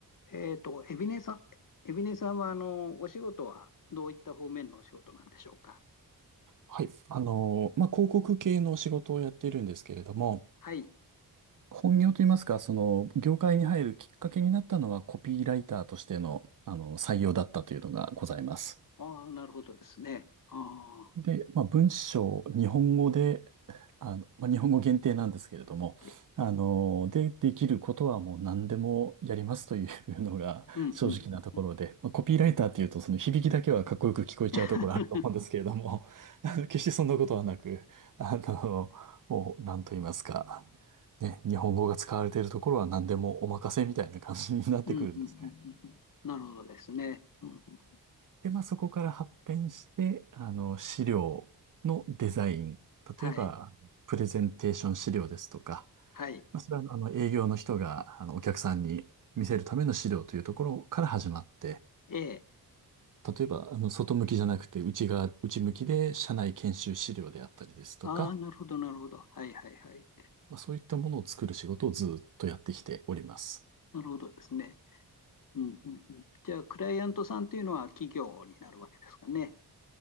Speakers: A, on the left (about 55°); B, on the right (about 55°).
A: えっと、エビネさん、エビネさんは、あの、お仕事はどういった方面のお仕事なんでしょうか。
B: はい。あのまあ、広告系の仕事をやっているんですけれども、
A: はい。
B: 本業といいますか、その、業界に入るきっかけになったのは、コピーライターとしての、あの、採用だったというのがございます。
A: ああ、なるほどですね。ああ、
B: で、まあ、文章、日本語で、あの、まあ、日本語限定なんですけれども、
A: え
B: あの、で、できることはもう何でもやりますというのが
A: うん、
B: <laughs> 正直なところで、
A: うん、うん、うん。
B: まあ、コピーライターっていうとその響きだけはかっこよく聞こえちゃうところあると思うんですけれども、
A: <laughs>
B: <laughs> あの、決してそんなことはなく、あの、もう何と言いますか、ね、日本語が使われているところは何でもお任せみたいな感じになってくるんですね。
A: うん、うん、うん、うんうんなるほどですね。うんうん
B: で、まあ、そこから発展して、あの、資料のデザイン。
A: はい、
B: 例えば、プレゼンテーション資料ですとか、
A: はい。
B: まあ、それは、あの、営業の人が、あの、お客さんに見せるための資料というところから始まって、
A: ええ。
B: 例えば、あの、外向きじゃなくて、内側、内向きで、社内研修資料であったりですとか、
A: ああ、なるほど、なるほど。はい、はい、はい。
B: まあ、そういったものを作る仕事をずっとやってきております。
A: なるほどですね。うん、うん、うん。じゃあ、クライアントさんというのは企業になるわけですかね。